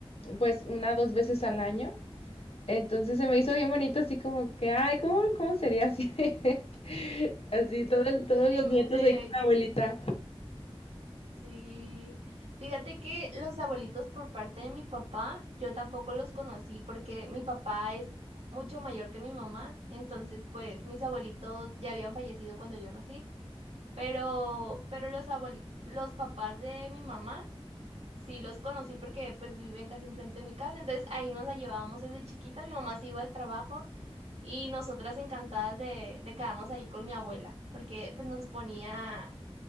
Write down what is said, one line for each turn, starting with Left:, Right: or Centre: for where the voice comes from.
Left: pues una, dos veces al año. Entonces se me hizo bien bonito así como que, ay, ¿cómo, cómo sería así? <laughs> Así todo el- todos
Right: Te-
Left: los nietos
Right: te-
Left: ahí con la abuelita.
Right: sí, fíjate que los abuelitos por parte de mi papá, yo tampoco los conocí porque mi papá es mucho mayor que mi mamá, entonces pues mis abuelitos ya habían fallecido cuando yo nací. Pero, pero los abuel- los papás de mi mamá, sí los conocí porque pues viven casi enfrente de mi casa, entonces ahí nos la llevábamos desde chiquita, mi mamá se iba al trabajo y nosotras encantadas de, de quedarnos ahí con mi abuela, porque pues nos ponía